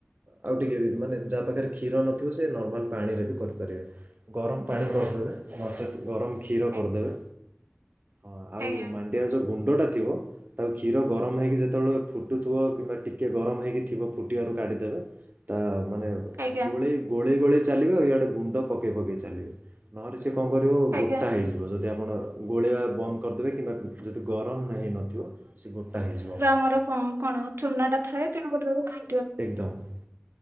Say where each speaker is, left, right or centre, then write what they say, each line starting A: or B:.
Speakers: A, on the right (about 45°); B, on the right (about 75°).
A: ଆଉ ଟିକେ ମାନେ ଯାହା ପାଖରେ କ୍ଷୀର ନଥିବ ସେ ନର୍ମାଲ ପାଣିରେ ବି କରିପାରିବ। ଗରମ ପାଣି କରିଦେବେ ନଚେତ୍ ଗରମ କ୍ଷୀର
B: ଆଜ୍ଞା
A: କରିଦେବେ ହଁ ଆଉ
B: ଆଜ୍ଞା
A: ମା ଏହାର ଯୋଉ ଗୁଣ୍ଡଟା ଥିବ। ତାକୁ କ୍ଷୀର ଗରମ ହେଇକି ଯେତେବେଳେ ଫୁଟୁଥିବ କିମ୍ବା ଟିକେ ଗରମ ହେଇକି ଥିବ ଫୁଟିବାରୁ କାଢିଦେବେ। ତା ମାନେ
B: ଆଜ୍ଞା
A: ଗୋଳେଇ ଗୋଳେଇ ଗୋଳେଇ ଚାଲିବେ ଆଉ ଇଆଡେ ଗୁଣ୍ଡ ପକେଇ ପକେଇ ଚାଲିବେ। ନହେଲେ ସିଏ କଣ କରିବ
B: ଆଜ୍ଞା
A: ଗୋଟା ହେଇଯିବ ଯଦି ଆପଣ ଗୋଳେଇବା ବନ୍ଦ କରିଦେବେ କିମ୍ବା। ଯଦି ଗରମ ନା ହେଇନଥିବ ସେ ଗୋଟା ହେଇଯିବ।
B: ମୋର କଁ। କଣ ଚୁନା ଟା ଥାଏ ତେଣୁ କରି ତାକୁ ଘା
A: ଏକଦମ